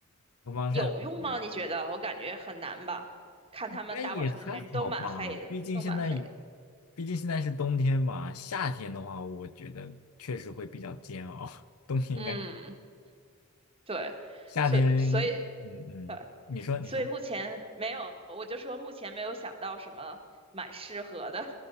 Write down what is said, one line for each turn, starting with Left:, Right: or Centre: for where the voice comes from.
Left: 涂防晒的话
Right: 有用吗？你觉得？我感觉很难吧。看他们打网球那些人都蛮黑的，
Left: 应该也还好吧，毕竟现在
Right: 都蛮黑的。
Left: 毕竟现在是冬天嘛，夏天的话，我觉得确实会比较煎熬，<laughs> 冬天应该，
Right: 嗯，对，
Left: 夏天，
Right: 所以所以
Left: 嗯嗯，
Right: 对，
Left: 你说你说。
Right: 所以目前没有，我就说目前没有想到什么蛮适合的，